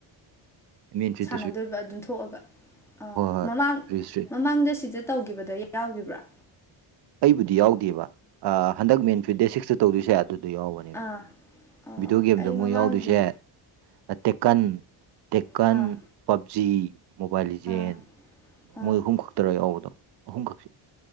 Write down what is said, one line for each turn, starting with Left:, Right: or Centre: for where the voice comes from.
Right: ꯃꯦꯟꯐꯤꯠ
Centre: ꯍꯥꯟꯅꯗꯣꯏꯕ ꯑꯗꯨꯝ ꯊꯣꯛꯑꯒ ꯑ
Right: ꯍꯣꯏ
Centre: ꯃꯃꯥꯡ
Right: ꯔꯤꯁꯇ꯭ꯔꯤꯠ
Centre: ꯃꯃꯥꯡꯗ ꯁꯤꯗ ꯇꯧꯒꯤꯕꯗꯩ ꯌꯥꯎꯒꯤꯕ꯭ꯔꯥ
Right: ꯑꯩꯕꯨꯗꯤ ꯌꯥꯎꯗꯦꯕ ꯑꯥ ꯍꯟꯗꯛ ꯃꯦꯟ ꯐꯤꯞ ꯗꯦ ꯁꯤꯛꯁꯇ ꯇꯧꯗꯣꯏꯁꯦ ꯑꯗꯨꯗ ꯌꯥꯎꯕꯅꯦ
Centre: ꯑꯥ ꯑꯣ
Right: ꯕꯤꯗꯤꯑꯣ ꯒꯦꯝꯗ
Centre: ꯑꯩ ꯃꯃꯥꯡꯒꯤ
Right: ꯃꯣꯏ ꯌꯥꯎꯗꯣꯏꯖꯦ ꯑꯥ ꯇꯦꯛꯀꯟ ꯇꯦꯛꯀꯟ
Centre: ꯑꯥ
Right: ꯄꯞꯖꯤ ꯃꯣꯕꯥꯏꯜ ꯂꯤꯖꯦꯟ
Centre: ꯑꯥ ꯑꯥ
Right: ꯃꯣꯏ ꯑꯍꯨꯝ ꯈꯛꯇꯔ ꯌꯥꯎꯕꯗꯣ ꯑꯍꯨꯝꯈꯛꯁꯤ